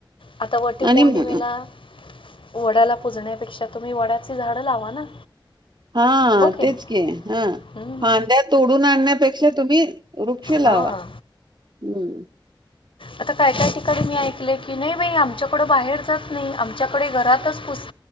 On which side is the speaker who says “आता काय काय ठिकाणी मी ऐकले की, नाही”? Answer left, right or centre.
Left